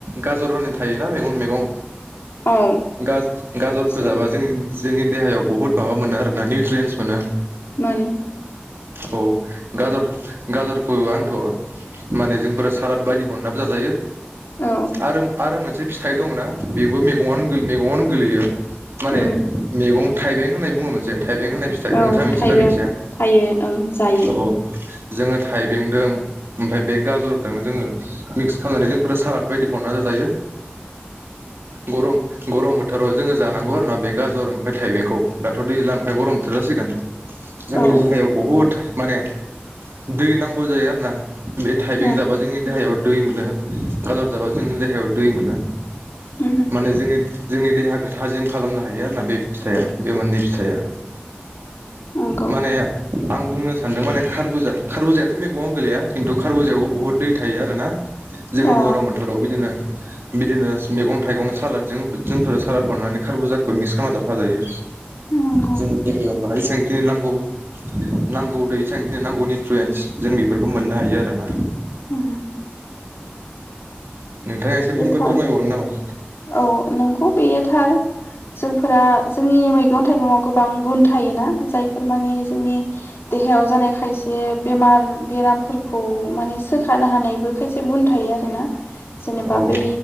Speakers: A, on the right; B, on the left.
A: गाजर होननाय थायोना मैगं मैगं?
B: औ
A: गाज-गाजरखौ
B: एसे
A: जाबा जों जोंनि देहायाव बहुत माबा मोनो आरो ना निउट्रियन्स मोनो।
B: माने
A: औ गाजर गाजर खौ आंथ' माने जोंफोर सालाद बायदि बनायनाबो जाजायो।
B: औ
A: आरो आरो मोनसे फिथाइ दं ना बेबो मैगङानो मैगङानो गोग्लैयो। माने
B: उम
A: मैगं थाइबें होन्ना बुङो मोनसे थाइबें होननाय फिथाइ
B: औ
A: नोंथाङा मिथियोना
B: थाइबें
A: मिथिया
B: थायो ओं जायो।
A: औ जोङो थाइबेंदों ओमफ्राय बे गाजरदों जोङो मिक्स खालामनानै जोंफोर सालाद बायदि बनायनानै जायो। गरम गरम बोथोराव जोङो जानांगौ आरोना बे गाजर ओमफ्राय थाइबेंखौ दाथ' दैज्लां आमफ्राय गरम बोथोर जासिगोन। जोंनि
B: औ
A: देहायाव बहुद माने दै नांगौ जायो आरो ना। बे थाइबें
B: उम
A: जाबा जोंनि देहायाव दै मोनो गाजर जाबा जोंनि देहायाव दै मोनो
B: उम
A: माने जोंनि जोंनि देहाखौ थाजिम खालामनो हायो आरोना बे फिथाइया बे मोननै फिथाइया।
B: नंगौ
A: माने आं बुंनो सानदों माने खारबुजा खारबुजायाथ' मैगङावव गोलैया। हे खिन्थु <unintelligible> बहुत दै थायो आरो ना? जोङो
B: दा
A: गरम बोथोराव बिदिनो बिदिनो मैगं थाइगं सालादजों जोंफोर सालाद बानायनानै खारबुजाखौ मिक्स खालामना जाफा जायो।
B: नंगौ
A: जोंनि देहायाव बानाय तेंखि नांगौ नांगौ दै सांखिनि नांगौनि फ्लुयेन्स जों बेफोरखौ मोननो हायो आरो ना?
B: उम
A: नोंथाङा एसे फोर फोरमायबावनो
B: थार
A: नामा?
B: औ नंगौ बेयोथार जोंफोरा जोंनि मैगं थाइगङाव गोबां गुन थायोना? जाय बेफोरमाने जोंनि देहायाव जानाय खायसे बेमार बेरामफोर खौ माने सोखार ना हानायबो खायसे गुन थायो आरोना? जेनेबा
A: औ
B: बै